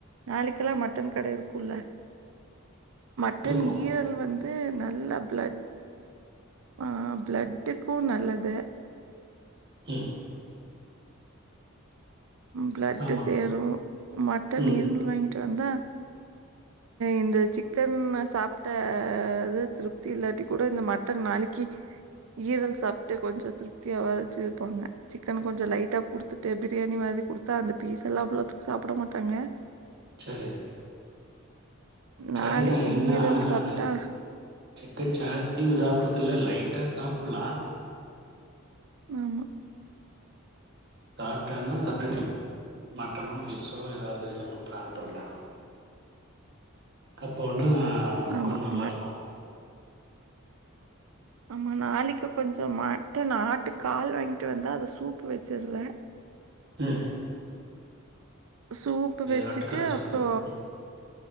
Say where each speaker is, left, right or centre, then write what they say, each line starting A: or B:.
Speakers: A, on the right; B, on the right.
A: நாளைக்கெல்லாம் மட்டன் கட இருக்கும்ல மட்டன்
B: இருக்கு
A: ஈரல் வந்து நல் ல்ல ப்ளட் ஆஹ் ப்ளட்டுக்கும் நல்லது
B: உம்
A: ப்ளட்டு
B: ஆமா
A: சேரும் மட்டன்
B: ம்
A: எலும்பு வாங்கிட்டு வந்தா இந்த சிக்கன்ன சாப்டது திருப்தி இல்லாட்டி கூட இந்த மட்டன் நாளைக்கி ஈரல் சாப்ட்டு கொஞ்ச திருப்தியாவாச்சு இருப்பாங்க சிக்கன் கொஞ்சம் லைட்டா குடுத்துட்டு பிரியாணி மாதிரி குடுத்தா அந்த பீஸ் எல்லாம் அவ்ளோத்துக்கு சாப்பிட மாட்டாங்க
B: சரி
A: நாளைக்கு
B: சரி தான் ஏன்னா
A: ஈரல் சாப்பிட்டா
B: அது இப்ப சிக்கன் ஜாஸ்தியும் சாப்டது இல்ல லைட்டா சாப்படலாம்
A: ஆமா
B: சாப்டானா சர்டடே மட்டனோ பிஷ்ஷோ ஏதாவது நம்ம பிளான் பண்ணலா அப்போனா ஆஹ்
A: ஆமா.
B: கோம் நல்லாருக்கோம்
A: மட் ஆமா நாளைக்கு கொஞ்சம் மட்டன் ஆட்டு கால் வாங்கிட்டு வந்தா அது சூ சூப்பு வச்சர்றேன்
B: உம்
A: சூப் வச்சிட்டு
B: ஆட்டுக்கால் சூப்பு
A: அப்போ
B: ம்